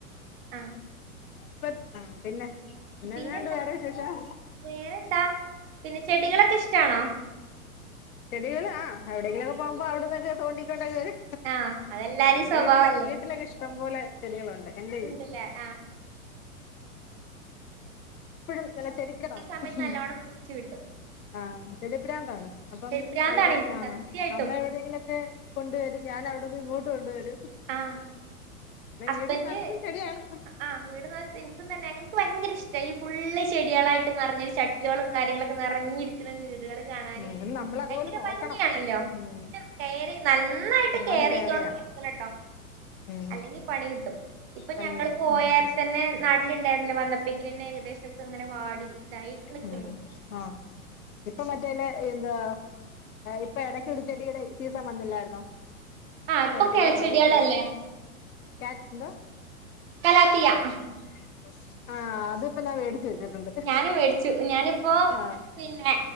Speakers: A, on the right (about 40°); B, on the left (about 75°).
A: ആ
B: ഇപ്പ ആ പിന്നെ എന്നെന്നാണ്ട്
A: പിന്നെന്താ
B: വേറെ വിശേഷം
A: വേറെന്താ പിന്നെ ചെടികളൊക്കെ ഇഷ്ടാണോ
B: ചെടികളാ എവിടെയിങ്കിലൊക്കെ പോകുമ്പോ അവിടൊന്നൊക്കെതോണ്ടികൊണ്ടൊക്കെ വരും
A: ആ അതെല്ലാരും സ്വഭാവല്ലേ
B: വീട്ടിലെ വീട്ടിലൊക്കെ ഇഷ്ടം പോലെ ചെടികളുണ്ട് എന്റെ വീട്ടില്
A: ഉണ്ട് ല്ലേ ആഹ്
B: <unintelligible> വല ചെരിപ്പില് കാണും
A: ഈ സമയത്ത് നല്ലോണം പിടിച്ചു കിട്ടും
B: ആഹ് ചെടിപ്രാന്താണ് അപ്പം
A: ചെടിപ്രാന്താണ്
B: അവിടെ
A: എനിക്ക്
B: ആ
A: സത്യായിട്ടും
B: അമ്മ എവിടെങ്കിലൊക്കെ കൊണ്ടുവ ഞാൻ അവിടുന്ന് ഇങ്ങോട്ട് കൊണ്ടുവരും
A: ആഹ
B: പിന്നെ
A: ഹസ്ബൻന്റ്
B: വീട് നിറച്ചും ചെടിയാണ്
A: ആഹ് വീട്നോ ഇൻക്കും തന്നെ ഇൻക്ക് ഭയ്ങ്കര ഇഷ്ട ഈ ഫുള്ള് ചെട്യേളായ് ട് നർഞ്ഞൊരു ചട്ട്യോളം കാര്യങ്ങളൊക്കെ നിറഞ്ഞിരി ക്ണ വീട് ടള് കാണാന്
B: ഉം നമ്മൾ അതുപോലെ
A: ഭയ്ങ്കര
B: നോക്കണം
A: ഭംഗിയാണല്ലോ
B: ഉം
A: ഞ് കേറി നന്നായിട്ട്
B: നല്ലോണം
A: കേറെയ്തോട്
B: കെയർ ചെയ്യണം
A: നടക്കണട്ടോ
B: ഉം
A: അല്ലെങ്കി ണി കിട്ടും ഇപ്പ
B: പണി
A: ഞങ്ങള്
B: കിട്ടും
A: പോയാരെ
B: ഉം
A: തന്നെ നാട്ടില്ണ്ടായ്ര്ന്നല്ലോ വന്നപേക്നന്നെ ഏകദേശൊ അങ്ങനെ വാടി ഇതായി നിക്ക്ണ്ട്
B: ഉം ആഹ് ഇപ്പോ മറ്റേനെ എന്താ ഇപ്പോ ഇടയ്ക്കൊരു ചെടിയുടെ സീസൺ വന്നില്ലായിരുന്നോ?
A: ആഹ് ഇപ്പൊ
B: അയിന്റെ
A: കിളച്ചെടികളല്ലേ
B: പേര് മറന്നു <unintelligible> ക്യാ എന്തുവാ?
A: കലാത്തിയ
B: <unintelligible> ആഹ് അതിപ്പോ ഞാൻ മേ ടിച്ചു വെച്ചിട്ടുണ്ട്.
A: നും മേടിച്ചു ഞാനിപ്പോ
B: ആഹ്
A: പിന്നെ